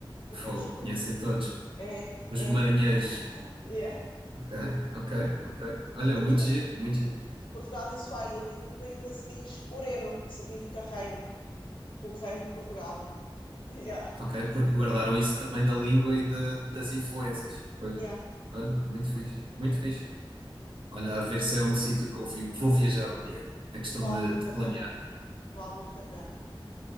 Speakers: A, on the left (about 65°); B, on the right (about 70°).
A: Então
B: Pô,
A: eles.
B: conhecem todos.
A: É,
B: Os
A: é,
B: marinheiros.
A: é.
B: Ok, ok, ok. Olha,
A: Portugal
B: muito giro, muito giro.
A: Portugal em Swahili e tudo ainda se diz Ureno, que significa reino, tipo o reino de Portugal. <laughs> Yeah,
B: Ok, porque guardaram isso também da língua e de- das influências. Pois.
A: yeah,
B: Olha, muito fixe, muito fixe. Olha, a ver se é um sítio que eu vi- vou viajar um dia. É questão
A: vale
B: de,
A: muito
B: de planear.
A: a pena, vale muito a pena.